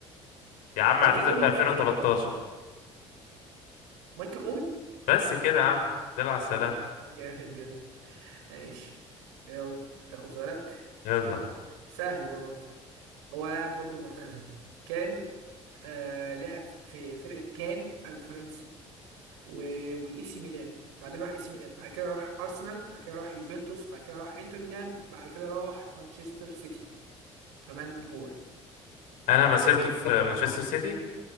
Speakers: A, on the left (about 70°); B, on the right (about 80°).
A: يا عم
B: مايكل
A: اعتزل
B: اوين
A: في 2013
B: مايكل اوين
A: بس كده يا عم دل على السلام
B: جامد جامد جامد ماشي يلا تاخد سؤالك
A: يلا
B: سهل ده برضو هو لاعب برضو معتزل كان آه لعب في فرقة كان الفرنسي و... وإي سي ميلان بعدين راح اي سي ميلان بعد كده راح ارسنال بعد كده راح يوفنتوس بعد كده راح انتر ميلان بعد كده راح مانشستر سيتي فمن هو
A: انا مسيرته في مانشستر سيتي